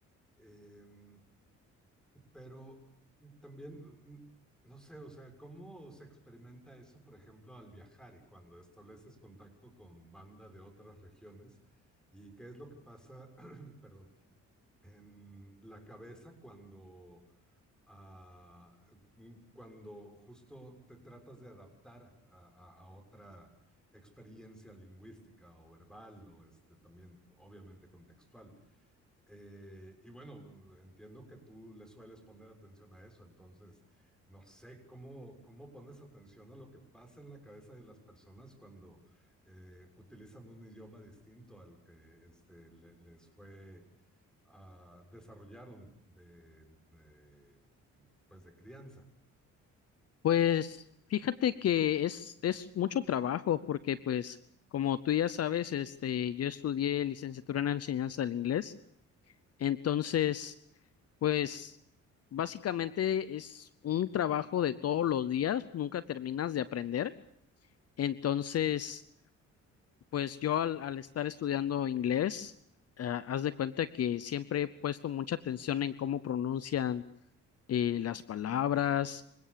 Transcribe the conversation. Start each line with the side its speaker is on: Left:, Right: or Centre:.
Centre: Em, Pero también, mm, no sé, o sea, ¿cómo se experimenta eso, por ejemplo, al viajar y cuando estableces contacto con banda de otras regiones? ¿Y qué es lo que pasa, <clears throat> perdón, en la cabeza cuando, ah, mm, cuando justo te tratas de adaptar a, a- a otra experiencia lingüística o verbal o este, también, obviamente, contextual? Eh, y bueno, entiendo que tú le sueles poner atención a eso, entonces no sé cómo, cómo pones atención a lo que pasa en la cabeza de las personas cuando eh, utilizan un idioma distinto al que este, le- les fue, ah, desarrollaron de, de, pues de crianza.
Left: Pues fíjate que es, es mucho trabajo porque pues como tú ya sabes, este, yo estudié licenciatura en enseñanza del inglés, entonces pues básicamente es un trabajo de todos los días, nunca terminas de aprender, entonces pues yo al, al estar estudiando inglés, ah, haz de cuenta que siempre he puesto mucha atención en cómo pronuncian eh, las palabras